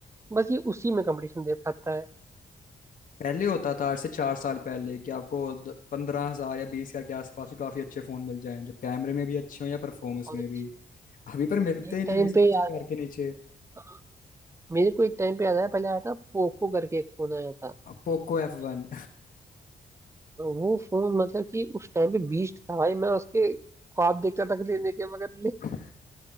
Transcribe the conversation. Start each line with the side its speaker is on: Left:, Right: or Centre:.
Right: बस ये उसी में कंपटीशन दे पाता है
Left: पहले होता था आज से चार साल पहले कि आपको पंद्रह
Right: हाँ,
Left: हजार या बीस हजार के आसपास भी काफी अच्छे फोन मिल जाएं जो कैमरे में भी अच्छे हों या परफॉर्मेंस
Right: बहुत
Left: में
Right: अच्छी
Left: भी अभी पर
Right: हम्म,
Left: मिलते
Right: एक
Left: ही नहीं
Right: टाइम
Left: बीस
Right: पे
Left: पच्चीस
Right: याद
Left: हजार
Right: है
Left: के नीचे
Right: हाँ, मेरे को एक टाइम पे याद है पहले आया था पोको करके एक फोन आया था
Left: Poco एफ वन
Right: वो फोन मतलब कि उस टाइम पे बीस्ट था भाई मैं उसके ख्वाब देखता था कि लेने के मगर ले <laughs>
Left: <laughs>